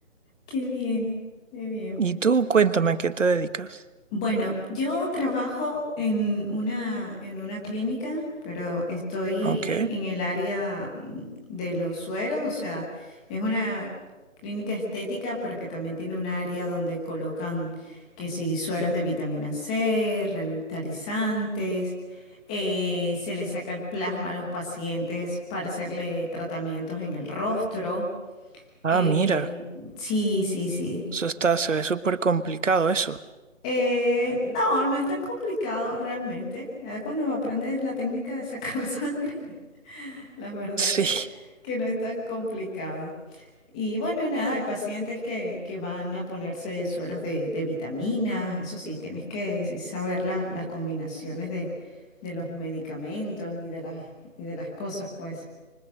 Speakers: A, in the centre; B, on the right.
A: Qué bien, qué bien.
B: Y tú, cuéntame, ¿a qué te dedicas?
A: Bueno, yo trabajo en una, en una clínica, pero estoy
B: Ok.
A: e- en el área mm, de los sueros, o sea, es una clínica estética, pero que también tiene un área donde colocan que si sueros de vitamina C, revitalizantes, eh, se le saca el plasma a los pacientes para hacerle tratamientos en el rostro.
B: Ah,
A: Eh,
B: mira.
A: sí, sí, sí.
B: Eso está, se ve súper complicado eso.
A: Eh, no, no es tan complicado realmente. Ya cuando aprendes la técnica de sacar <laughs> sangre, la verdad
B: Sí.
A: que, que no es tan complicado. Y bueno, nada, hay pacientes que, que van a ponerse sueros de, de vitaminas, eso sí, tienes que sí, saber la- las combinaciones de, de los medicamentos y de las, y de las cosas, pues.